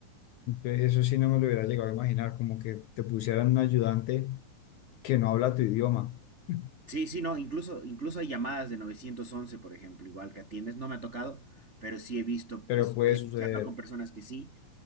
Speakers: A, on the left; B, on the right.
A: entonces eso sí no me lo hubiera llegado a imaginar, como que te pusieran un ayudante que no habla tu idioma. <laughs>
B: Sí, sí, no, incluso, incluso hay llamadas de 911, por ejemplo, igual que atiendes, no me ha tocado, pero sí he visto,
A: Pero
B: pues,
A: puede
B: que
A: suceder.
B: he charlado con personas que sí,